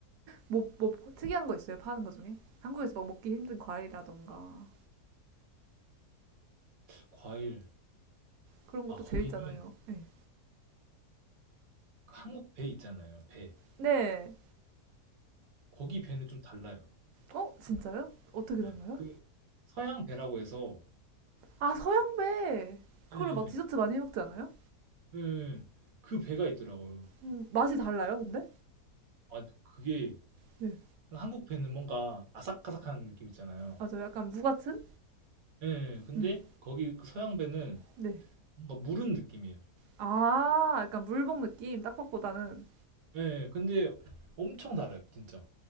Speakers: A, on the right; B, on the right.
A: 뭐, 뭐 특이한 거 있어요? 파는 거 중에? 한국에서 막 먹기 힘든 과일이라던가.
B: 과일.
A: 그런 것도
B: 아,
A: 재밌잖아요.
B: 거기는
A: 네.
B: 그 한국 배 있잖아요. 배.
A: 네.
B: 거기 배는 좀 달라요.
A: 어, 진짜요? 어떻게
B: 음,
A: 달라요?
B: 그 서양 배라고 해서
A: 아, 서양배. 그걸로
B: 음,
A: 막 디저트 많이 해 먹지 않아요?
B: 음, 그 배가 있더라고요.
A: 음, 맛이 달라요, 근데?
B: 아, 그게
A: 네.
B: 한국 배는 뭔가 아삭아삭한 느낌 있잖아요.
A: 맞아요. 약간 무 같은?
B: 예, 근데
A: 음.
B: 거기 그 서양 배는
A: 네.
B: 뭔가 무른 느낌이에요.
A: 아, 약간 물복 느낌, 딱밥보다는.
B: 예, 근데 엄청 달아요, 진짜.